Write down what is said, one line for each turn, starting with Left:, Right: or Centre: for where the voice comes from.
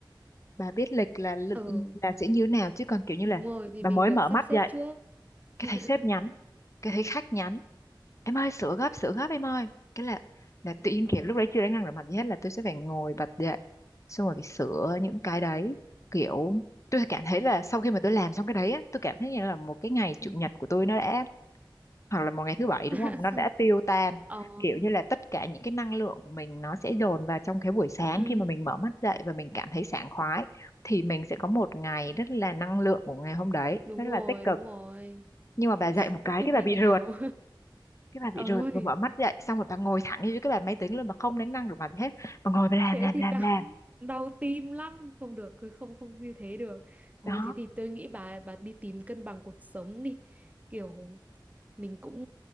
Left: bà biết lịch là l-
Right: ừ
Left: là sẽ như thế nào chứ còn kiểu như là
Right: đúng rồi thì
Left: bà
Right: mình
Left: mới
Right: được
Left: mở
Right: sắp
Left: mắt
Right: xếp
Left: dậy
Right: trước
Left: cái
Right: <laughs>
Left: thấy sếp nhắn cái thấy khách nhắn em ơi sửa gấp sửa gấp em ơi cái là là
Right: trời
Left: tự nhiên
Right: ơi
Left: kiểu lúc đấy chưa đánh răng rửa mặt gì hết là tôi sẽ phải ngồi bật dậy xong rồi phải sửa những cái đấy kiểu tôi cảm thấy là sau khi mà tôi làm xong cái đấy á tôi cảm thấy như là một cái ngày
Right: ừ.
Left: chủ nhật của tôi nó đã hoặc là một ngày thứ bảy đúng
Right: <laughs>
Left: không nó đã
Right: Xong-
Left: tiêu tan
Right: ờ
Left: kiểu như là tất cả những cái năng lượng của mình nó sẽ dồn vào trong cái buổi sáng
Right: ừ
Left: khi mà mình mở mắt dậy và mình cảm thấy sảng khoái thì mình sẽ có một ngày rất là năng lượng của ngày hôm đấy
Right: đúng
Left: rất
Right: rồi
Left: là tích cực
Right: đúng rồi
Left: nhưng mà bà
Right: <laughs>
Left: dậy
Right: thì
Left: một
Right: tôi
Left: cái
Right: quyết
Left: cái
Right: định
Left: bà bị
Right: nhiều
Left: rượt cái bà bị
Right: <laughs>
Left: rượt
Right: ôi
Left: vừa mở mắt dậy xong rồi bà ngồi thẳng như cái bàn máy tính luôn bà không đánh răng rửa mặt gì hết bà ngồi bà làm
Right: thế
Left: làm
Right: thì
Left: làm
Right: đau
Left: làm
Right: đau tim lắm không được cứ không không như thế được thôi
Left: đó
Right: thế thì tôi nghĩ bà bà đi tìm cân bằng cuộc sống đi kiểu mình cũng